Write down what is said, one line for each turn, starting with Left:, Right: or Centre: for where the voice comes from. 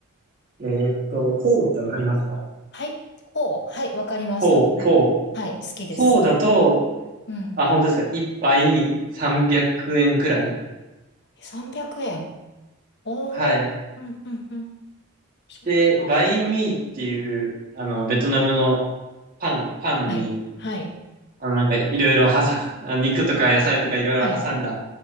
Right: えーっと、フォーってわかりますか
Left: はい、ほう、はい、わかります。
Right: フォー、フォー。
Left: はい、好きです、
Right: フォーだと、
Left: 好きです。うん。
Right: あ、本当ですか。一杯300円くえんくらい。
Left: 300円。おーうんうんうん。
Right: はい。
Left: そっか。
Right: で、バインミーっていう、あの、ベトナムのパン、パンに、
Left: はい、はい、
Right: あの、なんかいろいろ挟ん、あの肉とか野菜とかいろいろ挟んだ、
Left: はい、